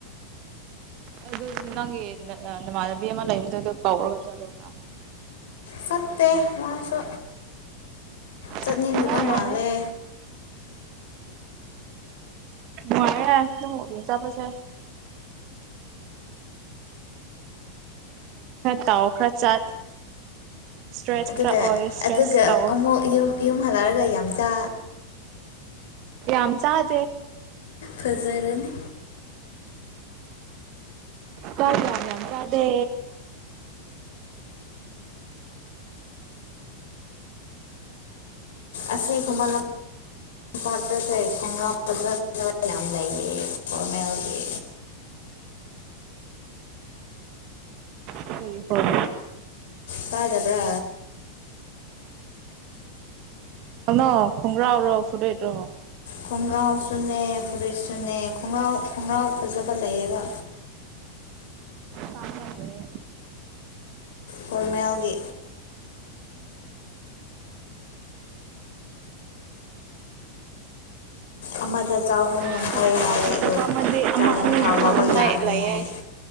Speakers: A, on the right; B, on the left.
A: ꯑꯗꯨ ꯅꯪꯒꯤ ꯅꯃꯥꯟꯅꯕꯤ ꯑꯃ ꯂꯩꯕꯗꯨꯗ ꯀꯧꯔꯒ ꯆꯠꯂꯣꯅ
B: ꯐꯠꯇꯦ ꯃꯥꯁꯨ ꯆꯠꯅꯤꯡꯗꯕ
A: ꯇꯟꯕ ꯑꯣꯏꯔꯝꯒꯅꯤ
B: ꯃꯥꯜꯂꯦ
A: ꯃꯅꯨꯡꯉꯦ ꯆꯕꯁꯦ ꯇꯥꯎꯑꯣ ꯈꯔ ꯆꯠ ꯏꯁꯇ꯭ꯔꯦꯁ
B: ꯑꯗꯨꯒ
A: ꯈꯔ ꯑꯣꯏ ꯏꯁꯇ꯭ꯔꯦꯁ
B: ꯑꯗꯨꯒ
A: ꯇꯧ
B: ꯑꯃꯨꯛ ꯌꯨꯝ ꯌꯨꯝ ꯍꯜꯂꯛꯑꯒ ꯌꯥꯝ ꯆꯥ
A: ꯑꯝꯆꯥ ꯍꯥꯖꯦ
B: ꯐꯖꯔꯅꯤ
A: ꯀꯔ ꯌꯥꯝꯅꯤꯅꯤ ꯀꯗꯦ
B: ꯑꯁꯤ ꯈꯨꯃꯟ ꯂꯝꯄꯥꯛꯇꯁꯦ ꯈꯣꯡꯒꯞ ꯐꯖꯖꯕ ꯌꯥꯝ ꯂꯩꯌꯦ ꯐꯣꯔꯃꯦꯜꯒꯤ
A: ꯍ ꯍꯣꯏ
B: ꯐꯥꯖꯕ꯭ꯔꯥ
A: ꯅ ꯈꯣꯡꯒ꯭ꯔꯥꯎꯔꯣ ꯐꯨꯨꯔꯦꯠꯔꯣ
B: ꯈꯣꯡꯒ꯭ꯔꯥꯎꯁꯨꯅꯦ ꯐꯨꯔꯤꯁꯁꯨꯅꯦ ꯈꯣꯡꯒ꯭ꯔꯥꯎ ꯈꯣꯡꯒ꯭ꯔꯥꯎ ꯐꯖꯕ ꯂꯩꯌꯦꯕ
A: ꯇꯥꯡꯉꯝꯒꯅꯤ
B: ꯍꯃꯥꯎꯒꯤ ꯑꯃꯗ ꯆꯍꯨꯝ ꯌꯥꯡꯈꯩ
A: ꯐꯣꯔꯃꯦꯜ
B: ꯍꯥꯏꯌꯦ
A: ꯐꯖꯕ
B: ꯑꯗꯣ
A: ꯑꯃꯗꯤ ꯑꯃ
B: ꯆꯍꯨꯝ
A: ꯑꯅꯤꯗꯤ
B: ꯐꯥꯎ ꯂꯧꯕ
A: ꯂꯧꯅꯤꯡꯉꯥꯏ
B: ꯌꯥꯔꯅꯤ
A: ꯂꯩꯌꯦ
B: ꯍꯥꯏ
A: ꯑꯩꯁꯦ